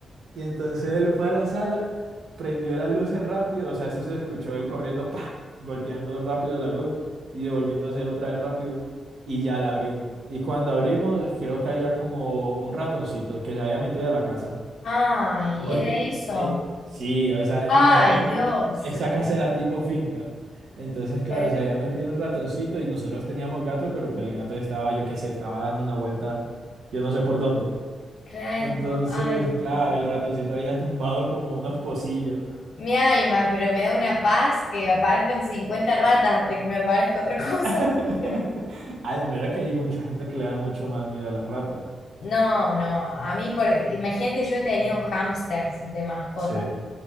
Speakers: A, on the right (about 65°); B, on the left (about 55°).
A: Y entonces él fue a la sala, prendió las luces rápido, o sea, eso se escuchó él corriendo, pa, golpeando rápido la luz y devolviéndose él otra vez rápido y ya la abrimos. Y cuando abrimos, creo que había como un ratoncito que se había metido a la casa,
B: Ay,
A: porque
B: era eso.
A: eh, sí, o sea,
B: Ay,
A: nosotros vivíamos,
B: Dios.
A: eh, esa casa era tipo finca. Entonces, claro,
B: Eh,
A: se había metido un ratoncito y nosotros teníamos gatos, pero pues el gato estaba, yo qué sé, estaba dando una vuelta, yo no sé por dónde.
B: Claro,
A: Entonces,
B: ay,
A: claro,
B: no.
A: el ratoncito había tumbado como unos pocillos.
B: Mi alma, pero me da una paz que aparezcan 50 ratas antes que me aparezca otra cosa,
A: <laughs>
B: te juro.
A: Ay, mira que hay mucha gente que le da mucho más miedo a las ratas.
B: No, no, a mí, por, imagínate, yo he tenido hámsters de mascota.
A: Sí.